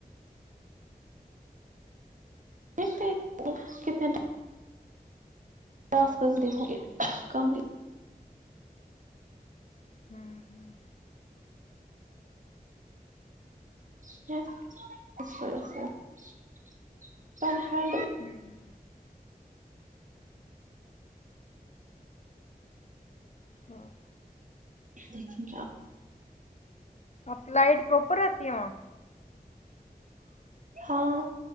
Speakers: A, on the right (about 55°); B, on the left (about 45°).
A: دیکھتے کتنے ٹاسکز کرنے ہو گے کمپلیٹ
B: ہمم ہمم
A: <unintelligible>
B: ہمم ہمم ہاں
A: دیکن کیا
B: آپ کی لائٹ پراپر رہتی ہے وہاں
A: ہاں